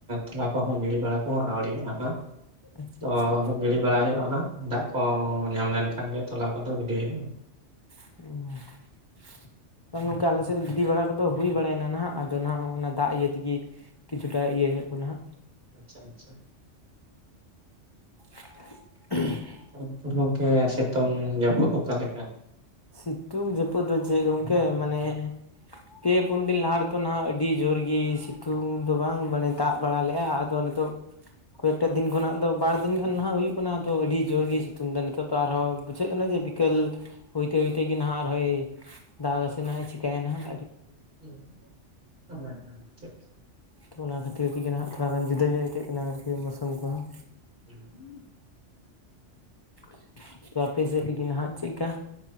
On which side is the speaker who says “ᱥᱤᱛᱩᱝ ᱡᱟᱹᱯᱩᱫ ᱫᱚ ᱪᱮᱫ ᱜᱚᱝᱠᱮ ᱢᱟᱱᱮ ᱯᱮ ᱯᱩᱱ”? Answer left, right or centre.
Left